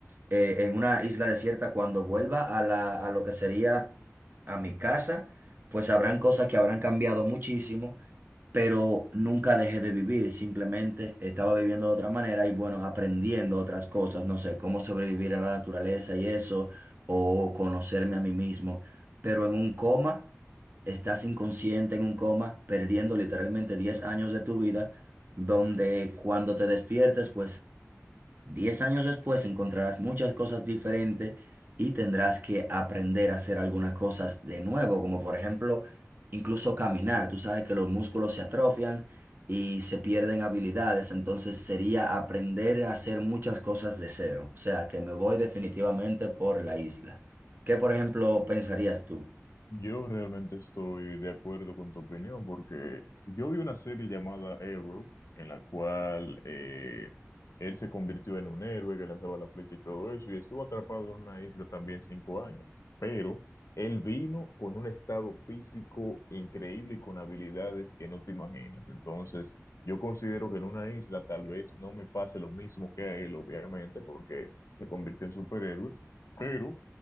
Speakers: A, on the right; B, on the left.
A: eh, en una isla desierta, cuando vuelva a la, a lo que sería a mi casa, pues habrán cosas que habrán cambiado muchísimo, pero nunca dejé de vivir, simplemente estaba viviendo de otra manera y bueno, aprendiendo otras cosas, no sé, cómo sobrevivir a la naturaleza y eso, o conocerme a mí mismo, pero en un coma, estás inconsciente en un coma, perdiendo literalmente 10 años de tu vida, donde cuando te despiertes, pues Diez años después encontrarás muchas cosas diferentes y tendrás que aprender a hacer algunas cosas de nuevo, como por ejemplo, incluso caminar. Tú sabes que los músculos se atrofian y se pierden habilidades, entonces sería aprender a hacer muchas cosas de cero. O sea, que me voy definitivamente por la isla. ¿Qué, por ejemplo, pensarías tú?
B: Yo realmente estoy de acuerdo con tu opinión porque yo vi una serie llamada Arrow en la cual eh, él se convirtió en un héroe que lanzaba la flecha y todo eso y estuvo atrapado en una isla también cinco años. Pero él vino con un estado físico increíble y con habilidades que no te imaginas. Entonces, yo considero que en una isla tal vez no me pase lo mismo que a él, obviamente, porque se convirtió en superhéroe. Pero